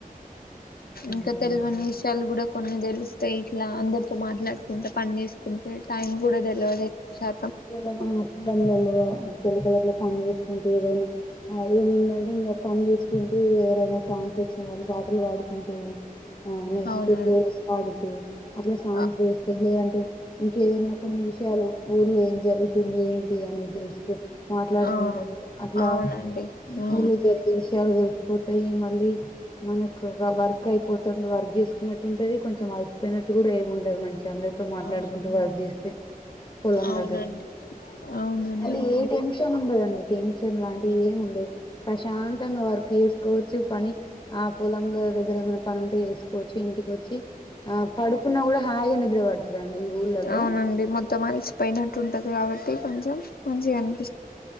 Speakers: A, on the left; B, on the left.
A: బాగుంటది
B: ఇంక
A: కదండి
B: తెల్వని విషయాలు గూడ కొన్ని తెలుస్ స్టేట్లా అందరితో మాట్లాడుకుంటా పని చేస్ కుంటే టైమ్ గూడా తెల్వది షా
A: పొలం అమ్ము <unintelligible> ఎళ్ళవా ఇంటెల కలర్ల పన్ చేస్ కుంటూ ఏదైనా ఆ ఏముందండి ఇంగ పని చేసుకుంటూ ఎవరైనా సాంగ్స్ వచ్చిన వాళ్ళు పాటలు పాడుకుంటూ ఆ నెక్స్ట్
B: అవునండి
A: కోరస్ వాడుతు అట్ల సాంగ్స్
B: ఆ
A: చేస్తే లేదంటే ఇంక ఏదైనా కొన్ని విషయాలు ఊర్లో ఏమ్ జరుగుతుంది ఏంటి అనేది మాట్లాడుకుంటరు
B: ఆ
A: అట్లా
B: అవునండి ఆ
A: ఊళ్లో జరిగే విషయాలు తెలిసిపో వేయి మళ్ళీ మనకు వర్క్ అయిపోతుంది. వర్క్ చేసుకున్నట్ ఉంటది కొంచెం అలసిపోయినట్టు కూడా ఏమి ఉండదు. మంచి అందరితో మాట్లాడుకుంటూ
B: ఆ
A: వర్క్ చేస్తే పొలం
B: అవునండి
A: దగ్గర.
B: అవునండి
A: మళ్ళీ ఏ టెన్షన్ ఉండదండి. టెన్షన్ లాంటివి ఏమి ఉండదు. ప్రశాంతంగా వర్ చేసుకోవచ్చు పని ఆ పొలంలో దగ్గర ఏమైనా పని ఉంటే తీసుకోచ్చి ఇంటికి వచ్చి ఆ పడుకున్నా కూడా హాయిగా నిద్ర పడుతది అండి. ఈ ఊళ్ళల్లో
B: అవునండి మొత్తం అలిసిపోయినట్టు ఉంటది కాబట్టి కొంచెం మంచిగ అ